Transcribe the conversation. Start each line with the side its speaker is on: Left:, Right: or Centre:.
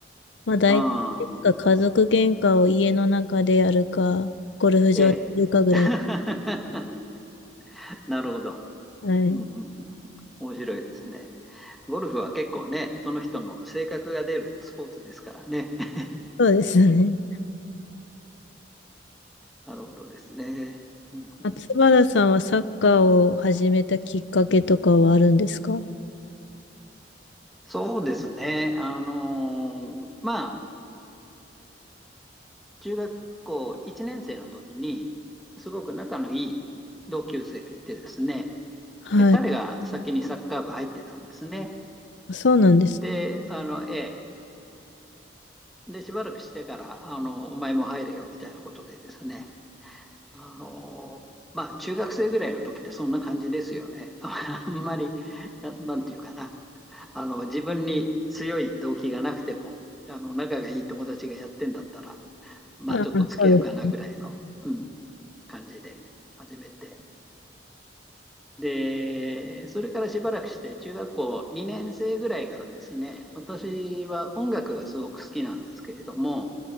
Left: まあ、大体いつか家族喧嘩を家の中でやるか、
Centre: ああ、
Left: ゴルフ場でやるかぐらい。
Centre: ええ。<laughs> なるほど。
Left: はい。
Centre: うんうんうんうん面白いですね。ゴルフは結構ね、その人の性格が出るスポーツですからね。<laughs>
Left: そうですよね。
Centre: なるほどですね。うんうん
Left: 松原さんはサッカーを始めたきっかけとかはあるんですか
Centre: そうですね。あのーまあ、中学校1年生の時に、すごく仲のいい同級生がいてですね、
Left: はい。
Centre: で彼が先にサッカー部入ってたんですね。
Left: そうなんです。
Centre: で、あの、ええ、で、しばらくしてから、あの、お前も入れよみたいなことでですね、あの、まあ、中学生ぐらいの時ってそんな感じですよね。<laughs> あんまり、な、なんていうかな、あの、自分に強い動機がなくても、あの、仲がいい友達がやってんだったら、まあ、
Left: あ、
Centre: ちょっと付き合うかなぐらいの、
Left: そうです。
Centre: うん、感じで始めて。で、それからしばらくして、中学校2年生ぐらいからですね、私は音楽がすごく好きなんですけれども、